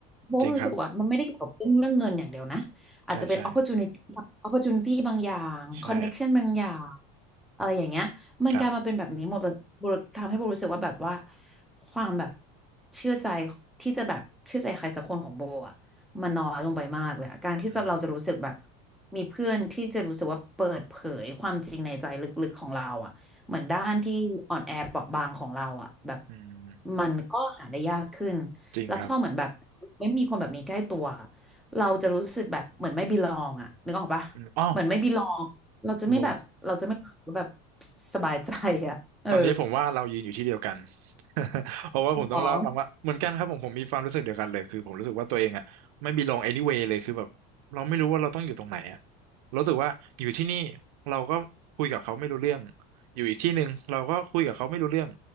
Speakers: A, in the centre; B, on the right.
A: โบะมันรู้สึกว่ามันไม่ได้เกี่ยวกับเรื่องเรื่องเงินอย่างเดียวนะ
B: จริงครับ
A: อาจจะเป็น
B: ใช่ใช่
A: opportunity opportunity บางอย่าง
B: ใช่
A: connection บางอย่างอะไรอย่างเงี้ย มันกลายมาเป็นแบบนี้หมดเลยโบทำให้โบรู้สึกว่าแบบว่า
B: ครับ
A: ความแบบเชื่อใจที่จะแบบเชื่อใจใครสักคนของโบอะ มันน้อยลงไปมากเลยอะการที่จะเราจะรู้สึกแบบ
B: อืม
A: มีเพื่อนที่จะรู้สึกว่าเปิดเผยความจริงในใจลึกๆของเราอ่ะเหมือนด้านที่อ่อนแอเปราะบางของเราอ่ะแบบ
B: อืม
A: มันก็หาได้ยากขึ้น
B: จริงครับ
A: แล้วพอเหมือนแบบไม่มีคนแบบนี้ใกล้ตัวเราจะรู้สึกแบบเหมือนไม่บิลองอ่ะนึกออกปะเหมือนไม่บิลองเราจะไม่แบบเราจะไม่รู้สึกว่าแบบ
B: อืมอ๋อคุณโบ
A: สบายใจอ่ะเออ
B: ตอนนี้ผมว่าเรายืนอยู่ที่เดียวกัน <laughs> เพราะว่าผมต้องเล่าให้ฟังว่าเหมือนกันครับผมผมมีความรู้สึกเดียวกันเลยคือผมรู้สึกว่าตัวเองอ่ะไม่
A: อ๋อ
B: belong anyway เลยคือแบบเราไม่รู้ว่าเราต้องอยู่ตรงไหนอ่ะรู้สึกว่าอยู่ที่นี่เราก็คุยกับเขาไม่รู้เรื่องอยู่อีกที่หนึ่งเราก็คุยกับเขาไม่รู้เรื่อง